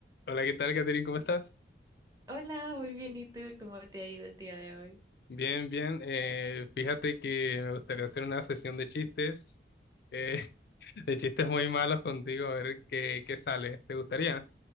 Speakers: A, on the left; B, on the right.
A: Hola, ¿qué tal, Catherine? ¿Cómo estás?
B: Hola, muy bien. ¿Y tú cómo te ha ido el día de hoy?
A: Bien, bien. eh, fíjate que me gustaría hacer una sesión de chistes, eh, <laughs> de chistes muy malos contigo, a ver qué, qué sale. ¿Te gustaría?